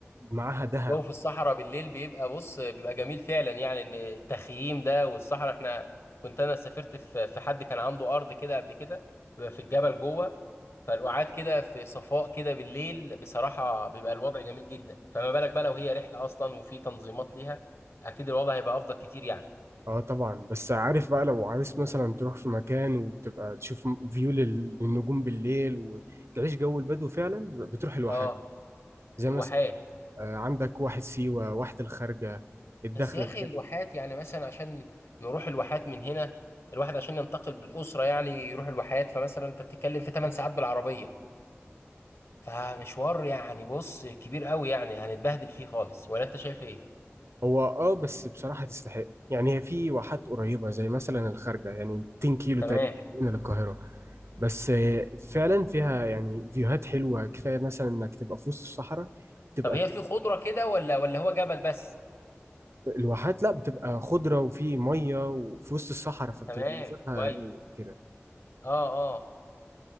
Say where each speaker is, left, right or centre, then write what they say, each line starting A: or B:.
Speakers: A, on the right; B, on the left.
A: معاها دهب
B: والجو في الصحراء بالليل بيبقى بص بيبقى جميل فعلا يعني ان التخييم ده والصحراء احنا كنت انا سافرت في في حد كان عنده ارض كده قبل كده بيبقى في الجبل جوه فالقعاد كده في صفاء كده بالليل بصراحة بيبقى الوضع جميل جدا فما بالك بقى لو هي رحلة اصلا وفي تنظيمات ليها اكيد الوضع هيبقى افضل كتير يعني
A: اه طبعا بس عارف بقى لو عايز مثلا تروح في مكان وبتبقى تشوف فيو لل- للنجوم بالليل وتعيش جو البدو فعلا بتروح لوحدك
B: اه
A: زي
B: الواحات
A: مثلا آه، عندك واحد سيوة واحد الخارجة الدخل
B: بس يا اخي الواحات يعني مثلا عشان نروح الواحات من هنا الواحد عشان ينتقل بالأسرة يعني يروح الواحات فمثلا انت بتتكلم في 8 ساعات بالعربية فمشوار يعني بص كبير قوي يعني هنتبهدل فيه خالص ولا انت شايف ايه
A: هو اه بس بصراحة تستحق يعني هي في واحات قريبة زي مثلا الخارجة يعني 200 كيلو
B: تمام
A: تقريبا من القاهرة بس آه، فعلا فيها يعني فيوهات حلوة كفاية مثلا انك تبقى في وسط الصحراء تبقى
B: طب هي
A: في
B: في خضرة كده ولا ولا هو جبل بس
A: الواحات لا بتبقى خضرة وفي مية وفي وسط الصحراء فبتبقى
B: تمام
A: منظرها
B: كويس
A: رايق كده
B: اه آه.